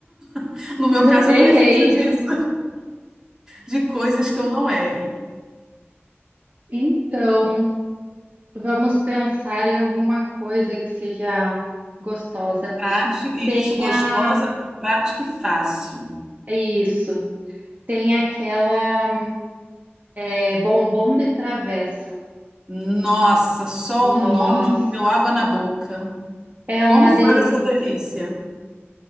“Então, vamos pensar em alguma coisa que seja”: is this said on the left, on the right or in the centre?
Right